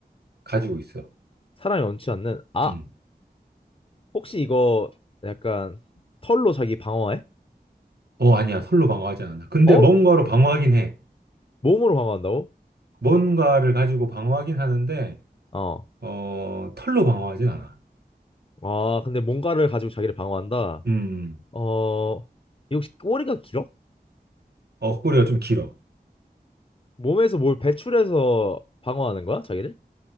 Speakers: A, on the right; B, on the left.
A: 가지고 있어.
B: 사람이 원치 않는 아
A: 음.
B: 혹시 이거 약간 털로 자기 방어해?
A: 어, 아니야. 솔로 방어하지 않아. 근데
B: 어?
A: 뭔가로 방어하긴 해.
B: 몸으로 방어한다고?
A: 뭔가를 가지고 방어하긴 하는데,
B: 어...
A: 어, 털로 방어하진 않아.
B: 아, 근데 뭔가를 가지고 자기를 방어한다?
A: 음,
B: 어, 이거 혹시 꼬리가 길어?
A: 어, 꼬리가 좀 길어.
B: 몸에서 뭘 배출해서 방어하는 거야, 자기를?